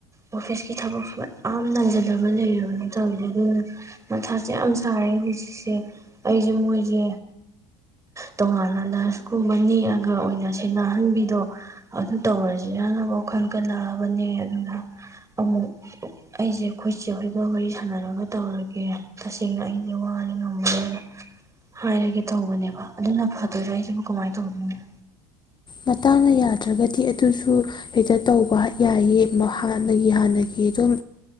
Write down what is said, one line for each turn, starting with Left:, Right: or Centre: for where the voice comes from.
Right: ꯑꯣꯐꯤꯁꯀꯤ ꯊꯕꯛꯁꯨ ꯃꯌꯥꯝ ꯅꯟꯖꯂꯒ ꯂꯩꯔꯕꯅꯤ ꯇꯧꯔꯤꯁꯦ ꯑꯗꯨꯗꯨꯅ ꯃꯁꯥꯁꯦ ꯌꯥꯝ ꯁꯥꯔꯦ ꯍꯧꯖꯤꯛꯁꯦ ꯍꯧꯁꯦ ꯃꯣꯏꯁꯦ ꯇꯣꯉꯥꯟꯅ ꯅꯔꯁꯀꯨꯝꯕ ꯅꯦꯛꯑꯒ ꯑꯣꯏꯅ ꯁꯦꯟꯅꯍꯟꯕꯤꯗꯣ ꯑꯗꯨ ꯇꯧꯔꯁꯤ ꯌꯥꯅꯕ ꯋꯥꯈꯜ ꯈꯜꯂꯛꯑꯕꯅꯦ ꯑꯗꯨ ꯑꯃꯨꯛ ꯑꯩꯁꯦ ꯈꯣꯏꯁꯦ ꯍꯣꯏꯒ ꯋꯥꯔꯤ ꯁꯥꯟꯅꯔꯒ ꯇꯧꯔꯒꯦ ꯇꯁꯦꯡꯅ ꯑꯩꯁꯦ ꯋꯥꯔꯦ ꯉꯝꯃꯔꯣꯏ ꯍꯥꯏꯔꯒꯦ ꯇꯧꯕꯅꯦꯕ ꯑꯗꯨꯅ ꯐꯗꯣꯏꯔꯥ ꯑꯩꯁꯤꯕꯨ ꯀꯃꯥꯏꯅ ꯇꯧꯗꯣꯏꯅꯣ
Left: ꯃꯇꯥꯡꯅ ꯌꯥꯗ꯭ꯔꯒꯗꯤ ꯑꯗꯨꯁꯨ ꯍꯦꯛꯇ ꯇꯧꯕ ꯌꯥꯏꯌꯦ ꯍꯥꯟꯅꯒꯤ ꯍꯥꯟꯅꯒꯤ ꯑꯗꯨꯝ